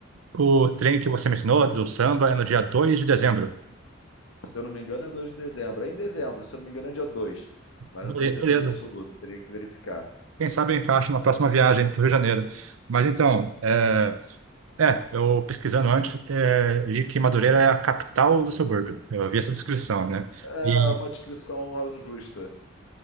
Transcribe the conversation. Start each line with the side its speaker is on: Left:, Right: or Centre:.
Right: o trem que você mencionou do samba é no dia 2 de dezembro.
Left: Se eu não me engano, é dois de dezembro. É em dezembro, se eu não me engano, é dia dois Mas
Right: Bele-
Left: não tenho certeza
Right: Beleza.
Left: absoluta, teria que verificar.
Right: Quem sabe eu encaixo na próxima viagem para o Rio de Janeiro. Mas então, é, é, eu pesquisando antes, é, li que Madureira é a capital do subúrbio. Eu vi essa descrição, né?
Left: É
Right: E,
Left: uma descrição raso justa.